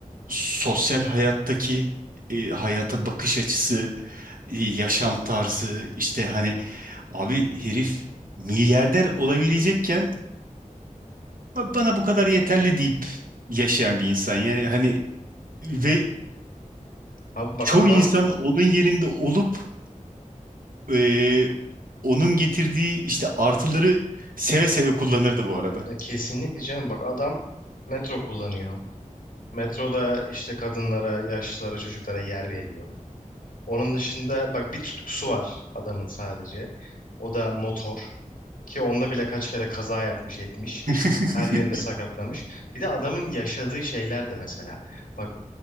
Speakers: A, on the right; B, on the left.
A: sosyal hayattaki e, hayata bakış açısı, e, yaşam tarzı işte hani abi herif milyarder olabilecekken bana bu kadar yeterli deyip yaşayan bir insan. Yani hani ve
B: Abi bak
A: çoğu
B: adam
A: insan onun yerinde olup e, onun getirdiği işte artıları seve seve kullanırdı bu arada.
B: ya kesinlikle canım bak adam metro kullanıyor. Metroda işte kadınlara, yaşlılara, çocuklara yer veriyor. Onun dışında bak bir tutkusu var adamın sadece. O da motor ki onda bile kaç kere kaza yapmış etmiş.
A: <laughs>
B: Her yerini sakatlamış. Bir de adamın yaşadığı şeyler de mesela. Bak